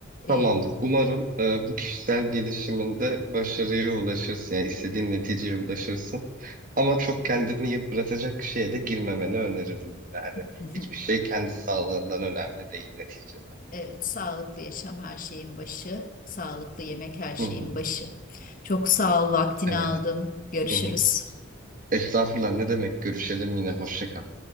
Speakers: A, on the left; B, on the right.
A: E,
B: Tamamdır. Umarım e, bu kişisel gelişiminde başarıya ulaşırsın. Yani istediğin neticeye ulaşırsın. Ama çok kendini yıpratacak şeye de girmemeni öneririm. Yani
A: <laughs>
B: hiçbir şey kendi sağlığından önemli değil neticede.
A: evet, sağlıklı yaşam her şeyin başı, sağlıklı yemek her şeyin
B: Hı hı,
A: başı. Çok sağ ol, vaktini
B: evet.
A: aldım. Görüşürüz.
B: Hı hı. Estağfurullah ne demek? Görüşelim yine. Hoşça kal.